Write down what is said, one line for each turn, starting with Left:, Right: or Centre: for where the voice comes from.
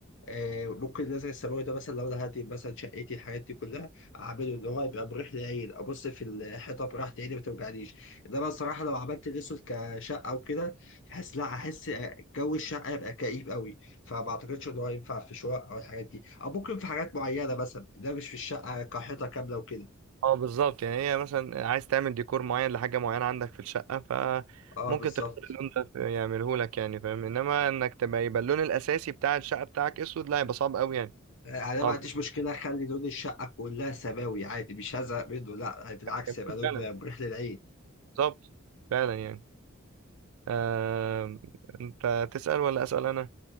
Left: آه، ممكن مثلا الثانوي ده مثلا لو انا هدي مثلا شقتي الحاجات دي كلها اعمله ان هو يبقى مريح للعين ابص في الحيطه براحه عيني ما توجعنيش انما الصراحه لو عملت الاسود كشقه وكده بحس لا احس جو الشقه يبقى كئيب قوي فما اعتقدش ان هو ينفع في شقق او الحاجات دي او ممكن في حاجات معينه مثلا ده مش في الشقه كحيطه كامله وكده
Right: اه بالظبط يعني هي مثلا عايز تعمل ديكور معين لحاجة معينة عندك في الشقة فممكن
Left: اه بالظبط
Right: تختار اللون ده يعمله لك يعني فاهم انما انك تبقى يبقى اللون الاساسي بتاع الشقة بتاعك اسود لا يبقى صعب قوي يعني
Left: آه، يعني انا
Right: صعب
Left: ما عنديش مشكله اخلي لون الشقه كلها سماوي عادي مش هزهق منه لا بالعكس
Right: <laughs>
Left: يبقى
Right: جميل
Left: لون
Right: فعلا
Left: مريح للعين
Right: بالظبط فعلا يعني آه... انت تسأل ولا اسأل انا